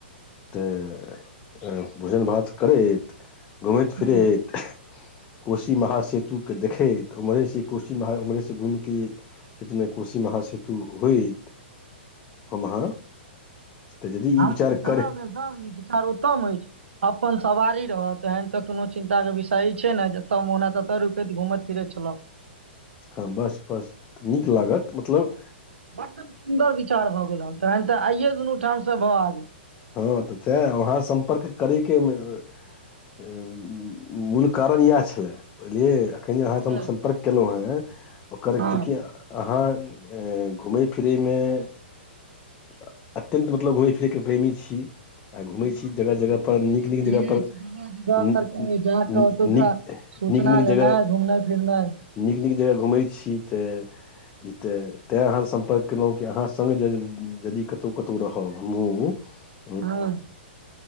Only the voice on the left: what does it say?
<unintelligible> तऽ भोजन भात करैत। <unintelligible> घुमैत फिरैत।
<unintelligible> कोशी महासेतुकेँ देखैत ओम्हरेसँ कोशी महा ओम्हरेसँ घूमिके क्षेत्रमे कोशी महासतु होइत हम अहाँ। <unintelligible> तऽ जदि
ई विचार।
<unintelligible>
हँ बस -बस तऽ नीक लागत मतलब। <unintelligible>
हँ तऽ तै वहाँ सम्पर्क करैके <unintelligible> मूल कारण इएह छलै बुझलिए। जखन जे
अहाँ तऽ हम सम्पर्क केलहुँ हेँ। <unintelligible> ओकर
चूँकि अहाँ। <unintelligible> घुम फिरे मे <unintelligible> अत्यंत मतलब घुमे फिरे के प्रेमी छै। छी। <unintelligible>
छी
जगह
जगहपर
जगहपर
नीक
नीक
जगह
नीक नीक जगह घुमै छी ते ई ते -तें अहाँस सम्पर्क केलहुं कि अहाँ सग यदि कतहु कतौ रहब हमहुँ। <unintelligible> ह। <unintelligible>